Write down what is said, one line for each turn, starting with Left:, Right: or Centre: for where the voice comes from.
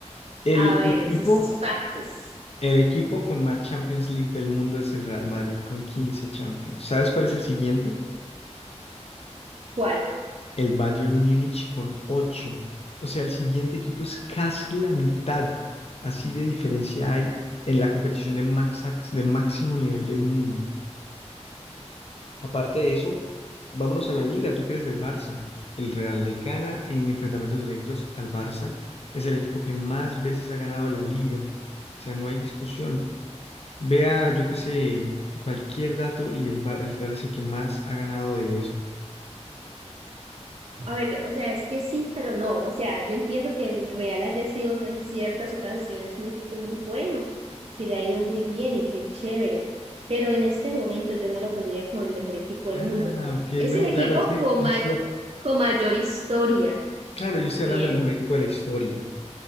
Left: El
Right: a ver,
Left: equipo,
Right: esos factos,
Left: El equipo con más Champions League del mundo es el Real Madrid con 15 Champions. ¿Sabes cuál es el siguiente?
Right: ¿cuál?
Left: El Bayern Múnich con 8. O sea, el siguiente equipo es casi la mitad. Así de diferencia hay en la competición de, max- de máximo nivel del mundo. Aparte de eso, vámonos a la liga. ¿Tú crees del Barça? El Real le gana en enfrentamientos directos al Barça. Es el equipo que más veces ha ganado la liga. O sea, no hay discusión. Vea, yo qué sé, cualquier dato y el, Bar- el Real es el que más ha ganado de eso.
Right: A ver, o sea, es que sí, pero no. O sea, yo entiendo que el Real haya sido en ciertas ocasiones un equipo muy bueno, que le ha ido muy bien y que es chévere. Pero en este momento yo no lo pondría como el mejor equipo del
Left: Ah,
Right: mundo.
Left: ok,
Right: Es
Left: no,
Right: el equipo
Left: claro, es que
Right: con,
Left: yo
Right: ma-
Left: estoy-
Right: con mayor historia
Left: claro, yo
Right: que
Left: estoy
Right: tiene,
Left: hablando del mejor equipo de la historia.